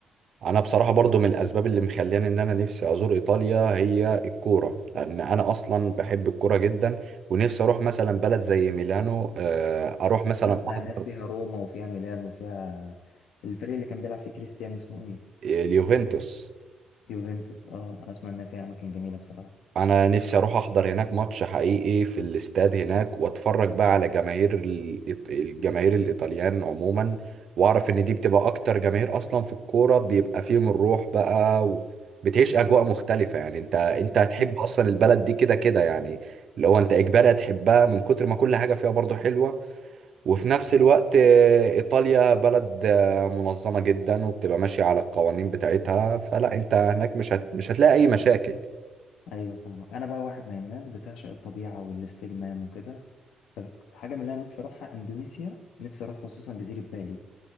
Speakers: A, on the right; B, on the left.
A: انا بصراحه برضو من الاسباب اللي مخلياني ان انا نفسي ازور ايطاليا هي الكوره لان انا اصلا بحب الكوره جدا ونفسي اروح مثلا بلد زي ميلانو آه، اروح مثلا
B: نسمع
A: احضر
B: ان هي فيها روما وفيها ميلان وفيها الفريق اللي كان بيلعب فيه كريستيانو اسمه ايه
A: آه، اليوفنتوس
B: يوفنتوس اه انا اسمع انها فيها اماكن جميله بصراحه
A: انا نفسي اروح احضر هناك ماتش حقيقي في الاستاد هناك واتفرج بقى على جماهير الإيط- الجماهير الايطاليان عموما واعرف ان دي بتبقى اكتر جماهير اصلا في الكوره بيبقى فيهم الروح بقى وبتعيش اجواء مختلفه يعني انت انت
B: بالظبط.
A: هتحب اصلا البلد دي كده كده يعني لو انت اجباري هتحبها من كتر ما كل حاجه فيها برضو حلوه وفي نفس الوقت آه، ايطاليا بلد آه، منظمه جدا وبتبقى ماشيه على القوانين بتاعتها فلا انت هناك مش هت... مش هتلاقي اي مشاكل
B: ايوه فاهم انا بقى واحد من الناس بتعشق الطبيعه والاستجمام وكده فحاجه من اللي انا نفسي اروحها اندونيسيا نفسي اروح خصوصا جزيره بالي